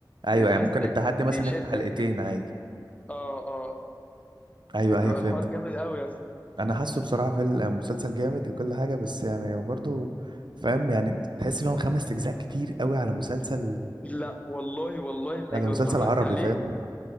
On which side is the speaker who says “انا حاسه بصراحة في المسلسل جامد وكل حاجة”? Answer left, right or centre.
Right